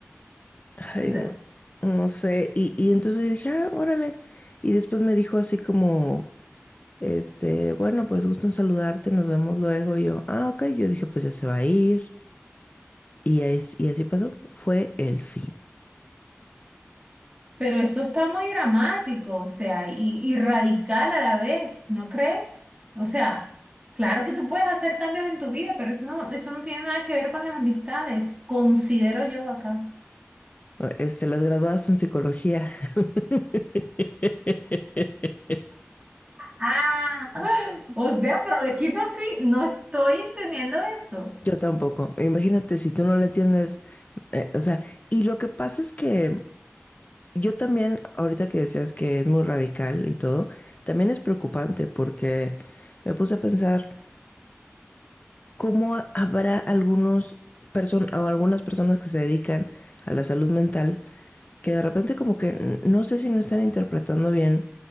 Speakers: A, on the left; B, on the right.
A: <laughs>
B: o sea,
A: No sé, y, y entonces dije, ah, órale. Y después me dijo así como, este, bueno, pues gusto en saludarte, nos vemos luego. Y yo, ah, ok. Yo dije, pues ya se va a ir. Y, es- y así pasó. Fue el fin.
B: pero eso está muy dramático, o sea, y, y radical a la vez, ¿no crees? O sea, claro que tú puedes hacer cambios en tu vida, pero eso no, eso no tiene nada que ver con las amistades, considero yo acá.
A: Este, las graduadas en psicología. <laughs>
B: Ah, O sea, pero de aquí no estoy, no estoy entendiendo eso.
A: Yo tampoco. Imagínate si tú no le entiendes, eh, o sea, y lo que pasa es que yo también, ahorita que decías que es muy radical y todo, también es preocupante porque me puse a pensar, ¿Cómo habrá algunos person o algunas personas que se dedican a la salud mental que de repente como que no sé si no están interpretando bien